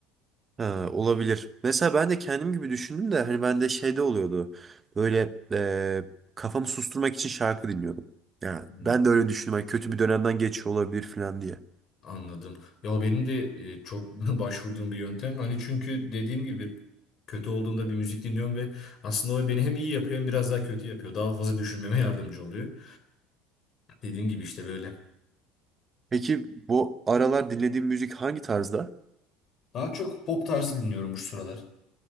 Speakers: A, on the right; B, on the left.
A: Ha, olabilir. Mesela ben de kendim gibi düşündüm de hani bende şeyde oluyordu. Böyle eee, kafamı susturmak için şarkı dinliyordum. Ya
B: Hmm,
A: ben de öyle düşündüm. Hani kötü bir dönemden geçiyor olabilir falan diye.
B: anladım. Ya benim de e, çok <laughs> başvurduğum bir yöntem. Hani çünkü dediğim gibi kötü olduğumda bir müzik dinliyorum ve aslında o beni hem iyi yapıyor hem biraz daha kötü yapıyor. Daha fazla düşünmeme yardımcı oluyor. Dediğim gibi işte böyle.
A: Peki bu aralar dinlediğin müzik hangi tarzda?
B: Daha çok pop tarzı dinliyorum bu sıralar.